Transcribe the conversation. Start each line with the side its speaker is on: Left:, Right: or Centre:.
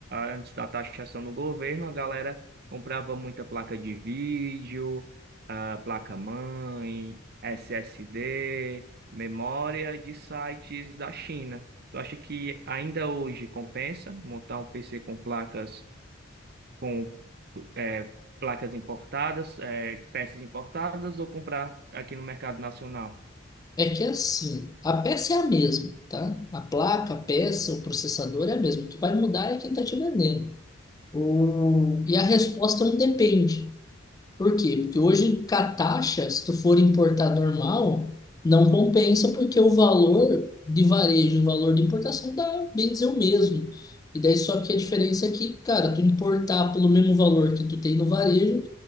Right: antes da taxação do governo, a galera comprava muita placa de vídeo, ah, placa-mãe, SSD, memória de sites da China. Tu acha que ainda hoje compensa montar um PC com placas com é, placas importadas, é, peças importadas ou comprar aqui no mercado nacional.
Left: É que assim, a peça é a mesma, tá? A placa, a peça, o processador é a mesma. O que vai mudar é quem está te vendendo. O... E a resposta não depende. Por quê? Porque hoje, com a taxa, se tu for importar normal, não compensa, porque o valor de varejo, o valor de importação dá, bem dizer, o mesmo. E daí só que a diferença é que, cara, tu importar pelo mesmo valor que tu tem no varejo,